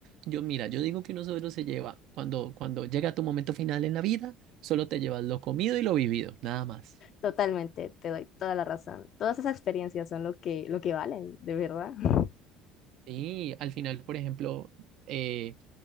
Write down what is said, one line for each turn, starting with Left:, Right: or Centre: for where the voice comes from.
Right: Yo, mira, yo digo que uno solo se lleva, cuando, cuando llega tu momento final en la vida, solo te llevas lo comido y lo vivido, nada más.
Left: Totalmente, te doy toda la razón. Todas esas experiencias son lo que, lo que valen, de verdad. <laughs>
Right: Sí, al final, por ejemplo, eh,